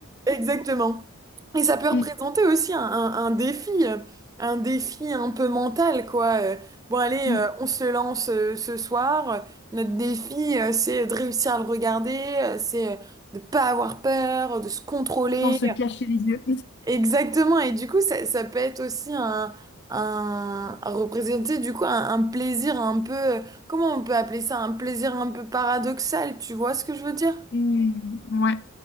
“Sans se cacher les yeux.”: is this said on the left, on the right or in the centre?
Left